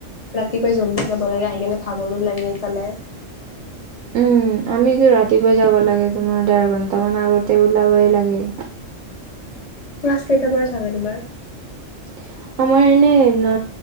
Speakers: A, on the left; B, on the right.
A: ৰাতিপুৱাই জল্দি যাব লাগে আহি কেনে ভাগৰো লাগে এইকানে।
B: উম আমিতো ৰাতিপুৱা যাব লাগে তোমাৰ দেৰ ঘন্টা মানৰ আগতে ওলাবই লাগে।
A: ক্লাছ কেইটাৰ পৰা থাকে তোমাৰ।
B: <inaudible> আমাৰ এনে ন